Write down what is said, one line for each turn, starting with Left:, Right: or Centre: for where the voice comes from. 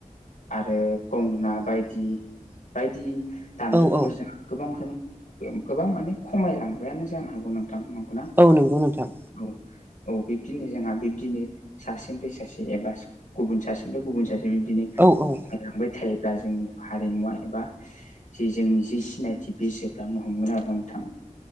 Left: आरो गंगोना बायदि बायदि दामजुफोरखो
Right: औ औ
Left: जोङो गोबांखोनो गोबां माने खमायलांबायानो जानो हागौ नोंथां नंगौना?
Right: औ नंगौ नोंथां।
Left: औ औ बिब्दिनो जोंहा बिब्दिनो सासेनिफ्राय सासे एबा गुबुन सासेनिफ्राय गुबुन सासे बिब्दिनो
Right: औ औ
Left: खमायलांबाय थायोब्ला जोंनि हारिमुवा एबा जि जोंनि जि सिनायथि बे जोबलांनो हमगोन आरो नोंथां